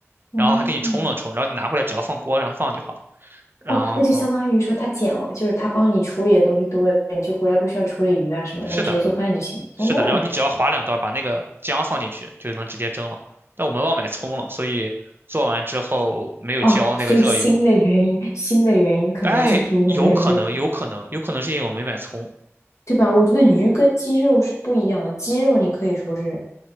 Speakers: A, on the left; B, on the right.
A: 嗯，
B: 然后还给你冲了冲，然后你拿回来只要放锅上放就好了。然后
A: 哇，那就相当于说他捡，就是他帮你处理的东西多了，你就回来不需要处理鱼啊什么，
B: 是的，
A: 然后直接做饭就行。
B: 是的，
A: 哦
B: 然后你只要划两刀，把那个姜放进去，就能直接蒸了。但我们忘买葱了，所以做完之后没有浇那个热油。
A: 哦，所以新的原因，新的原因可能就是因为没有，
B: 哎，有可能，有可能，有可能是因为我没买葱。
A: 对吧？我觉得鱼跟鸡肉是不一样的，鸡肉你可以说是